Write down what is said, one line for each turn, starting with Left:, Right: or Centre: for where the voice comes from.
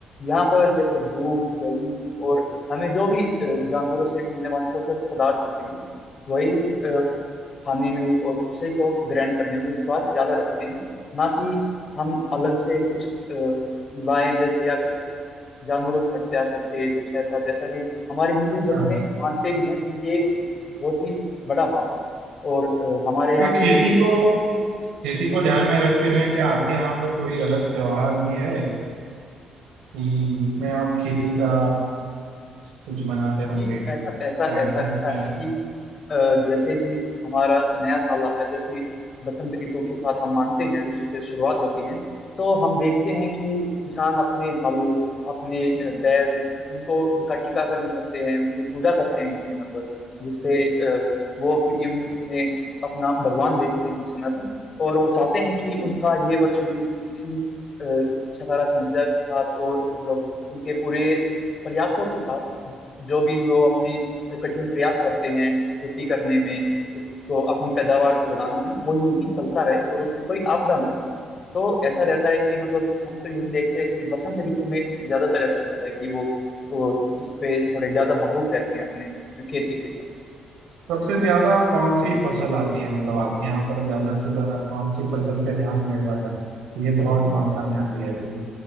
Left: यहाँ पर जैसे दूध दही और हमें जो भी अ, जानवरों से मिलने वाले पोषक पदार्थ होते हैं वही अ, खाने में और उसे को ग्रहण करने में विश्वास ज्यादा रखते हैं ना कि हम अलग से कुछ अ, लाएं जैसे या फिर जानवरों की हत्या करके कुछ ऐसा जैसा कि हमारे हिंदू धर्म
Right: हाँ
Left: में मानते भी हैं कि ये बहुत ही बड़ा पाप और अ, हमारे यहाँ
Right: क्या खेती
Left: तो
Right: को खेती को ध्यान में रखते हुए क्या आपके यहाँ पर कोई अलग त्योहार भी है कि जिसमें आप खेती का कुछ मनाते
Left: जी
Right: होंगे क्या
Left: ऐसा ऐसा ऐसा
Right: ऐसा
Left: रहता
Right: कुछ है
Left: है कि अ, जैसे ही हमारा नया साल आता है जो कि बसंत ऋतु के साथ हम मानते हैं उससे शुरुआत होती है तो हम देखते हैं कि किसान अपने हल अपने अ, बैल उनको उनका टीकाकरण करते हैं उनकी पूजा करते हैं इस समय पर जिससे अ, वो क्योंकि उनमें अपना भगवान देखते हैं उस समय पर और वो चाहते हैं कि उनका ये वर्ष भी इसी अ, सकारात्मक ऊर्जा के साथ और मतलब उनके पूरे प्रयासों के साथ जो भी वो अपनी कठिन प्रयास करते हैं खेती करने में तो अपनी पैदावार को बढ़ाने में वो यूं ही चलता रहे और उसमें कोई आपदा ना आए तो ऐसा रहता है कि मतलब हम तो यही देखते हैं कि बसंत ऋतु में ज्यादातर ऐसा रहता है कि वो वो इस पे थोड़े ज्यादा भावुक रहते हैं अपने खेती के साथ
Right: सबसे ज्यादा कौन सी फसल आती है मतलब आपके यहाँ पर ज्यादा से ज्यादा कौन सी फसल पे ध्यान दिया जाता है ये
Left: जी।
Right: बहुत मात्रा में आती है ऐसी